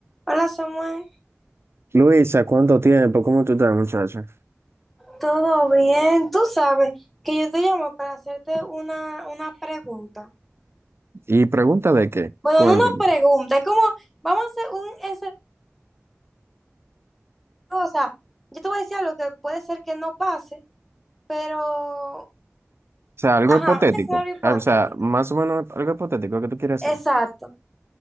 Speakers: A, in the centre; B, on the right.
A: Hola Samuel,
B: Luisa, ¿cuánto tiempo? ¿Cómo tú estás, muchacha?
A: ¿todo bien? Tú sabes que yo te llamo para hacerte una, una pregunta.
B: Y pregunta de qué,
A: Bueno,
B: cuéntame.
A: no una pregunta,
B: O
A: es como, vamos a hacer un escenario, o sea, yo te voy a decir algo que puede ser que no pase, pero,
B: sea, algo
A: ajá,
B: hipotético.
A: un escenario hipotético.
B: Ah, O sea, más o menos algo hipotético que tú quieres
A: Exacto.
B: hacer.